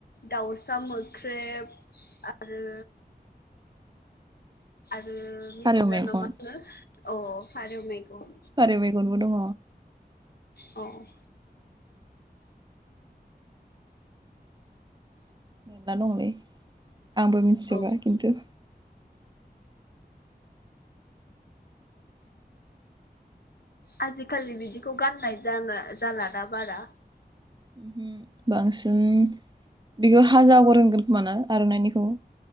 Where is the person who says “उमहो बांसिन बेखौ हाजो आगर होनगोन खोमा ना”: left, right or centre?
Right